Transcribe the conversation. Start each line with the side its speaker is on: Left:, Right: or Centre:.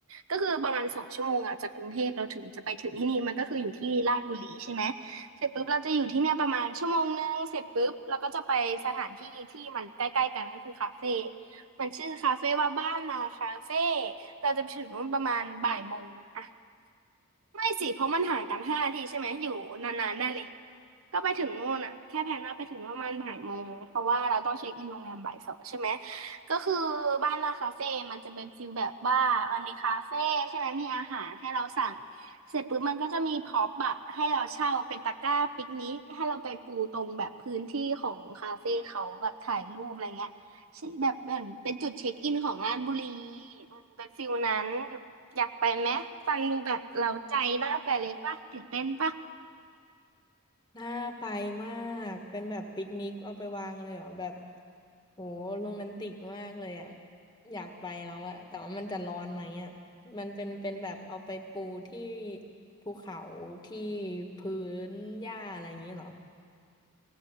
Right: ก็คือประมาณสองชั่วโมงอะจากกรุงเทพเราถึงจะไปถึงที่นี่มันก็คืออยู่ที่ลาดบุรีใช่ไหมเสร็จปุ๊บเราจะอยู่ที่เนี่ยประมาณชั่วโมงนึงเสร็จปุ๊บเราก็จะไปสถานที่ที่มันใกล้ๆกันก็คือคาเฟ่มันชื่อคาเฟ่ว่าบ้านนาคาเฟ่เราจะไปถึง่ประมาณบ่ายโมงอะไม่สิเพราะมันห่างกันห้านาทีใช่ไหมอยู่นานๆได้เลย ก็ไปถึงนู่นอ่ะแค่แพลนว่าไปถึงประมาณบ่ายโมงเพราะว่าเราต้องเช็คอินโรงแรมบ่ายสองใช่ไหมก็คือบ้านลาคาเฟ่มันจะเป็นฟิลแบบว่ามันมีคาเฟ่ใช่ไหมมีอาหารให้เราสั่งเสร็จปุ๊บมันก็จะมีพ็อปอะให้เราเช่าเป็นตะกร้าปิกนิกให้เราไปปูตรงแบบพื้นที่ของคาเฟ่เขาแบบถ่ายรูปอะไรเงี้ยใช่แบบเหมือนเป็นจุดเช็คอินของราชบุรีอืมเป็นฟิลนั้นอยากไปไหมฟังดูแบบเราใจน่าไปเลยป่ะตื่นเต้นป่ะ
Left: น่าไปมาก เป็นแบบปิกนิกเอาไปวางเลยเหรอแบบโหโรแมนติกมากเลยอ่ะอยากไปแล้วอะแต่ว่ามันจะร้อนไหมอะมันเป็นเป็นแบบเอาไปปูที่ภูเขาที่พื้นหญ้าอะไรอย่างนี้เหรอ